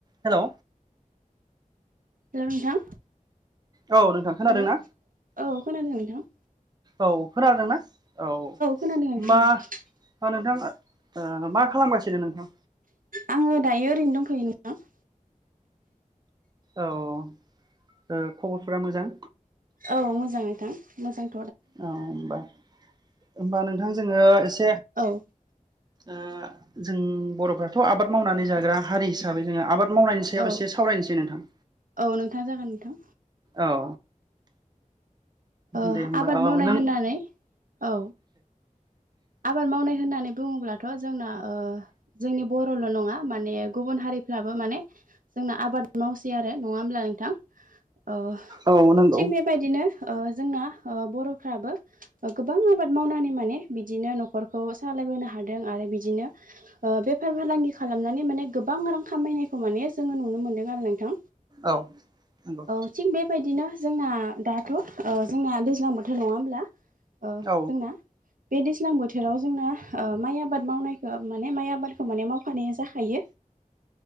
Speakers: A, on the right; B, on the right.
A: Hello
B: hello नोंथां
A: औ नोंथां खोनादोंना
B: हेल औ खोनादों नोंथां
A: औ खोनादोंना औ होमबा
B: खोनादों नोंथां औ
A: आं नोंथां ओ मा खालामगासिनो नोंथां
B: आङो दायो ओरैनो दंफैयो नोंथां <unintelligible>
A: औ ओ खबरफोरा मोजां
B: औ मोजां नोंथां मोजां
A: औ होमबा होमबा नोंथां जोङो एसे
B: औ
A: ओ जों बरफ्राथ आबाद मावनानै जाग्रा हारि हिसाबै जोङो आबाद मावनायनि सायाव
B: औ
A: एसे सावरायनोसै नोंथां
B: औ नोंथां जागोन नोंथां
A: औ
B: ओ
A: दे होमबा
B: आबाद
A: ओ
B: मावनाय
A: नों
B: होननानै औ आबाद मावनाय होननानै बुङोब्ला थ जोंना जोंनि बरल नङा माने गुबुन हारिफ्राबो माने जोंना आबाद मावसै आरो नङा होमब्ला नोंथां अ
A: औ नंगौ
B: थिग बेबायदिनो ओ जोंना ओ बरफ्राबो गोबां आबाद मावनानै माने बिदिनो नखरखौ सालाय सोलिनो हादों आरो बिदिनो बेफार फालांगि खालामनानै माने गोबां रां खामायनायखौ माने जों खौ नुनो मोनदों आरो नोंथां
A: औ नंगौ
B: औ थि बेबायदिनो जोंना दा थ ओ जोंना दैज्लां बोथोर नङा होमब्ला ओ
A: औ
B: जोंना बे दैज्लां बोथोराव जोंना ओ माइ आबाद मावनायखौ माने माइ आबादखौ माने मावफानाया जाखायो